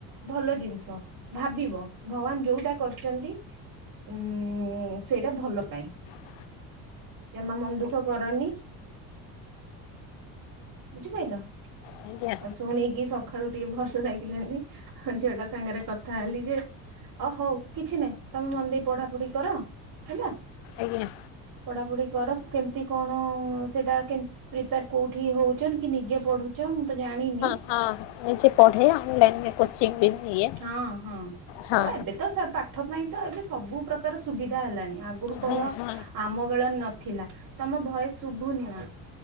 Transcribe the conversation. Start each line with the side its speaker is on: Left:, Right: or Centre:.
Right: ଭଲ ଜିନିଷ ଭାବିବ! ଭଗବାନ ଯୋଉଟା କରିଚନ୍ତି ଉଁ-ଉଁ -ଉଁ ସେଇଟା ଭଲ ପାଇଁ।
Left: ହ
Right: ଜମା ମନ ଦୁଃଖ କରନି। ବୁଝିପାଇଲ?
Left: ଆଜ୍ଞା
Right: ତ ଶୁଣିକି ସଖାଳୁ ଟିକେ ଭଲ ଲାଗିଲାନି। ହଁ ଝିଅଟା ସାଙ୍ଗରେ କ ଖାଲି ଯେ ଓ ହଉ କିଛି ନାହିଁ ତୋମେ ମନ ଦେଇ ପଢା ପଢି କର ହେଲା।
Left: ଆଜ୍ଞା।
Right: ପଢାପଢି କର କେମତି କଣ ସେଟା କେ ପ୍ରିପିୟାର କୋଉଠି ହଉଚନ କି ନିଜେ ପଢୁଛ ମୁଁ ତ ଜାଣିନି।
Left: ହଁ, ହଁ ନିଜେ ପଢେ ଅନଲାଇନ୍ ରେ କୋଚିଂ ବି ନିଏ।
Right: ହଁ, ହଁ,
Left: ହଁ
Right: ତ ଏବେ ତ ସେ ପା ପାଠ ପାଇଁ ତ ଏବେ ସବୁ ପ୍ରକାର ସୁବିଧା ହେଲାଣି। ଆଗରୁ କହ
Left: ହଁ ହଁ
Right: ଆମ ବେଳ ନଥିଲା। ତୋମ ଭଏସ୍ ଶୁଭୁନି ମା।